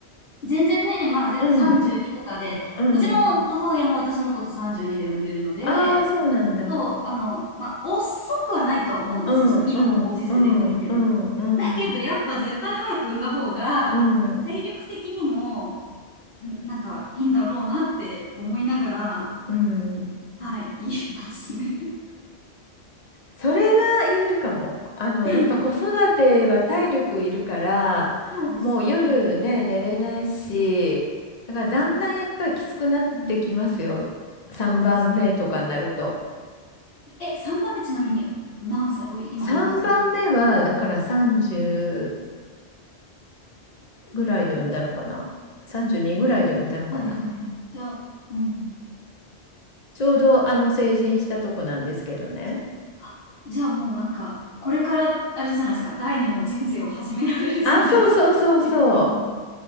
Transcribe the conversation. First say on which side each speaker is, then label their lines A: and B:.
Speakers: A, on the left (about 60°); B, on the left (about 40°).
A: 全然ね、まあ、ぜ、
B: うん、
A: 32とかで、
B: うん。
A: うちの母親も私のこと32で産んでるので、
B: ああ、そうなんだ。
A: そう、あの、まあ、遅くはないとは思うんですよ。
B: うん、
A: その今のご時世でも見ても。
B: うん、うん、うん、うん、
A: だけど、やっぱ絶対早く産んだ方が、
B: うん、
A: 体力的にも、んなんか、いいんだろうなって思いながら、
B: うん。
A: はい、言いますね。
B: それは言えるかも。あの、
A: <laughs>
B: やっぱ子育ては体力いるから、
A: そうですよね。
B: もう夜ね、寝れないし、だからだんだんやっぱりきつくなってきますよ。
A: うん、
B: 3番目とかになると。
A: そうです。え、3番目ちなみに何歳、おい、今おいくつですか
B: 3番目は、だから31ぐらいで産んだのかな。32ぐらいで産んだのかな。
A: はいはいはい。じゃあ、うん。
B: ちょうどあの成人したとこなんですけどね。
A: あ、じゃあもうなんか、これから、あれじゃないですか、第二の人生を始められるじゃないですか。
B: あ、そうそうそうそう。
A: <laughs> えっと、その、